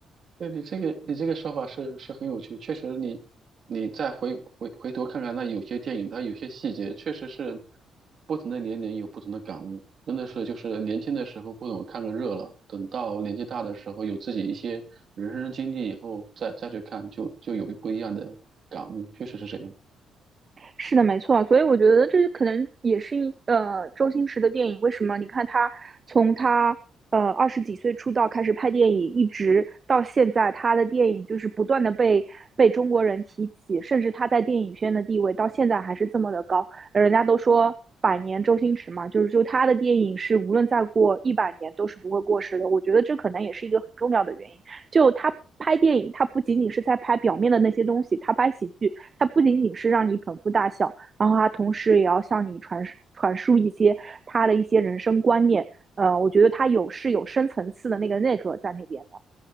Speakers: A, on the right (about 55°); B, on the right (about 35°).
A: 对你这个你这个说法是是很有趣，确实你你再回回回头看看那有些电影，它有些细节确实是不同的年龄有不同的感悟，真的是就是年轻的时候不懂看个热闹，等到年纪大的时候有自己一些人生经历以后再再去看就就有不一样的感悟，确实是这样。
B: 是的，没错，所以我觉得这可能也是一呃周星驰的电影。为什么？你看他从他呃二十几岁出道开始拍电影，一直到现在，他的电影就是不断的被被中国人提起，甚至他在电影圈的地位到现在还是这么的高。呃人家都说百年周星驰嘛，就是就他的电影是无论再过一百年都是不会过时的。我觉得这可能也是一个很重要的原因。就他拍电影，他不仅仅是在拍表面的那些东西，他拍喜剧。它不仅仅是让你捧腹大笑，然后它同时也要向你传传输一些他的一些人生观念。呃，我觉得它有是有深层次的那个内核在那边的。